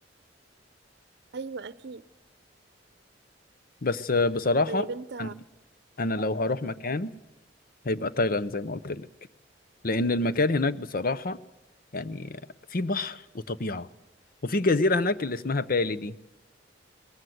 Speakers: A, on the right; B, on the left.
A: أيوة أكيد
B: بس بصراحة
A: طيب أنت
B: أنا أنا لو هروح
A: مم.
B: مكان هيبقى تايلاند زي ما قلت لك لأن المكان هناك بصراحة يعني في بحر وطبيعة وفي جزيرة هناك اللي اسمها بالي دي